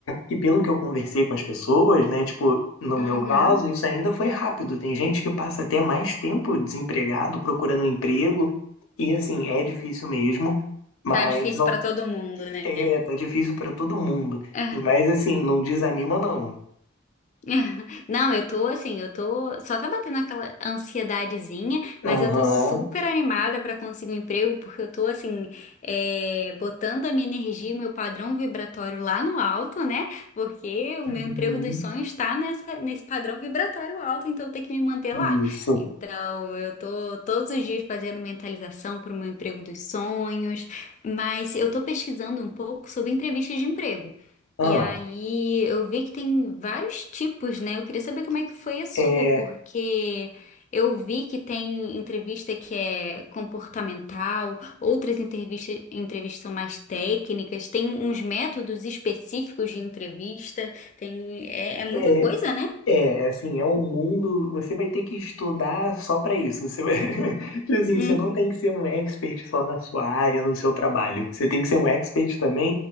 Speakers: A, on the left; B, on the left.
A: e pelo que eu conversei com as pessoas, né? Tipo, no
B: Uhum.
A: meu caso, isso ainda foi rápido. Tem gente que passa até mais tempo desempregado procurando um emprego. E assim, é difícil mesmo, mas
B: Tá difícil
A: não
B: pra todo mundo, né?
A: é, tá difícil para todo mundo.
B: É.
A: E Mas assim, não desanima não.
B: <laughs> Não, eu tô assim, eu tô. Só tá batendo aquela ansiedadezinha, mas
A: Aham.
B: eu tô super animada pra conseguir um emprego, porque eu tô assim, é, botando a minha energia, e o meu padrão vibratório lá no alto, né? Porque o
A: Uhum.
B: meu emprego dos sonhos tá nessa, nesse padrão vibratório alto, então eu tenho que me manter
A: Isso.
B: lá. Então, eu tô todos os dias fazendo mentalização pro meu emprego dos sonhos, mas eu tô pesquisando um pouco sobre entrevistas de emprego.
A: Ah,
B: E aí, eu vi que tem vários tipos, né? Eu queria saber como é que foi a sua,
A: é,
B: porque eu vi que tem entrevista que é comportamental, outras entrevistas, entrevistas são mais técnicas, tem uns métodos específicos de entrevista, tem, é, é muita
A: é,
B: coisa, né?
A: É, assim, é um mundo, você vai ter que estudar só para isso. Você vai... <laughs> Tipo Assim,
B: Uhum,
A: você não tem que ser um expert só na sua área, no seu trabalho. Você tem que ser um expert também